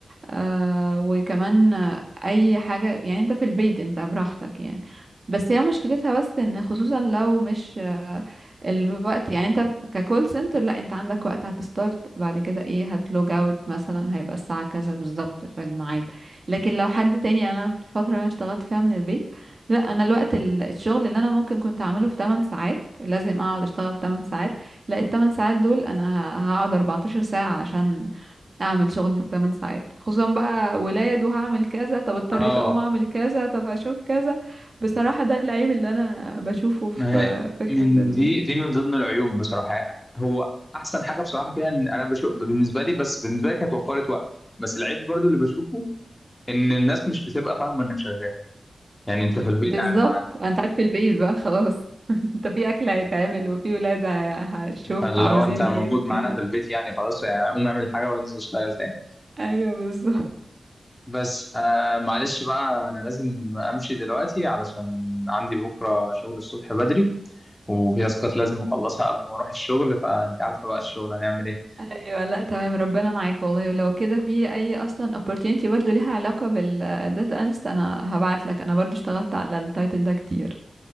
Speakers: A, on the right (about 50°); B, on the left (about 20°).
A: آه وكمان آه، اي حاجة يعني انت في البيت انت براحتك يعني بس هي مشكلتها بس ان خصوصا لو مش آه الوقت يعني انت ككول سنتر لا انت عندك وقت هتستارت بعد كده ايه هتلوج اوت مثلا هيبقى الساعة كذا بالظبط في الميعاد لكن لو حد تاني يعني انا في الفترة اللي انا اشتغلت فيها من البيت لا انا الوقت ال- الشغل اللي انا ممكن كنت اعمله في 8 ساعات لازم اقعد اشتغل 8 ساعات لا ال 8 ساعات دول انا هقعد 14 ساعة عشان اعمل شغل الثمان ساعات خصوصا بقى ولاد وهعمل كذا طب اضطريت
B: اه
A: اقوم اعمل كذا طب اشوف كذا بصراحة ده العيب اللي انا بشوفه في
B: ما هي
A: فكرة
B: من
A: ال...
B: دي دي من ضمن العيوب بصراحه هو احسن حاجه بصراحه فيها ان انا بشوف بالنسبه لي بس بالنسبه لي كانت وفرت وقت بس العيب برضو اللي بشوفه ان الناس مش بتبقى فاهمه انك شغال يعني انت في البيت
A: بالظبط
B: قاعد معانا
A: انت قاعد في البيت بقى خلاص <laughs> انت في اكل هيتعمل وفي ولاد هي- هشوف
B: فاللي
A: عاوزين
B: هو انت موجود
A: ايه وكده
B: معانا في البيت يعني خلاص يعني قوم اعمل حاجه وانزل اشتغل تاني
A: ايوه بالظبط
B: بس آه معلش بقى انا لازم امشي دلوقتي علشان عندي بكره شغل الصبح بدري وفي تاسكات لازم اخلصها قبل ما اروح الشغل فانت عارفه بقى الشغل هنعمل ايه
A: ايوه لا تمام ربنا معاك والله ولو كده في اي اصلا opportunity برضو ليها علاقة بالداتا analyst انا هبعت لك انا برضو اشتغلت على التايتل ده كتير